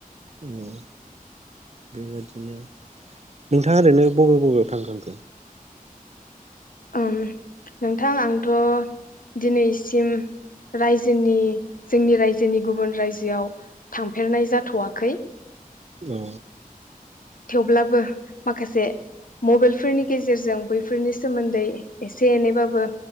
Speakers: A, on the right; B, on the left.
A: अ बेबायाददिनो नोंथाङा ओरैनो बबे बबेयाव थांखांखो
B: नोंथां आंथ' दिनैसिम रायजोनि जोंनि रायजोनि गुबुन रायजोआव थांफेरनाय जाथ'वाखै
A: औ
B: थेवब्लाबो माखासे मबाइलफोरनि गेजेरजों बै बेफोरनि सोमोन्दै एसे एनैबाबो